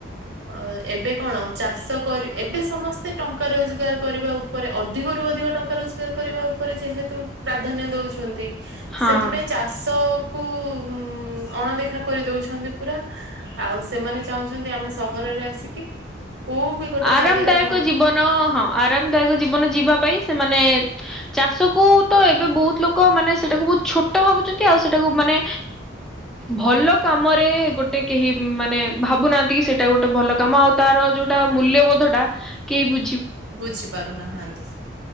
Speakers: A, on the right; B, in the centre.
A: ଅ ଏବେ କଣ ଚାଷ କରି ଏବେ ସମସ୍ତେ ଟଙ୍କା ରୋଜଗାର କରିବା ଉପରେ ଅ ଅଧିକରୁ ଅଧିକ ଟଙ୍କା ରୋଜଗାର କରିବା ଉପରେ ଯେହେତୁ ପ୍ରାଧାନ୍ୟ ଦଉଛନ୍ତି।
B: ହଁ।
A: ସେଥିପାଇଁ ଚାଷକୁ ଉଁ ଉଁ ଅଣଦେଖା କରିଦଉଛନ୍ତି ପୁରା ଆଉ ସେମାନେ ଚାହୁଁଛନ୍ତି ଆମେ ସହରରେ ଆସିକି କୋଉ ବି ଗୋଟେ
B: ଆରାମଦାୟକ
A: ଜାଗାରେ ଭଲ
B: ଜୀବନ ହଁ ଆରାମଦାୟକ ଜୀବନ ଜି ଯିବା ପାଇଁ ସେମାନେ ଚାଷକୁ ତ ଏବେ ବହୁତ ଲୋକ ମାନେ ସେଇଟାକୁ ବହୁତ ଛୋଟ ଭାବୁଛନ୍ତି ଆଉ ସେଟାକୁ ମାନେ ଭଲ କାମରେ ଗୋ ଗୋଟେ କେହି ମାନେ ଭାବୁନାହାନ୍ତି କି ସେଇଟା ଗୋଟେ ଭଲ କାମ ଆଉ ତାର ଯୋଉ ଟି ଟା ମୂଲ୍ୟବୋଧଟା କେହି ବୁ
A: ବୁଝି ପାରୁନାହାନ୍ତି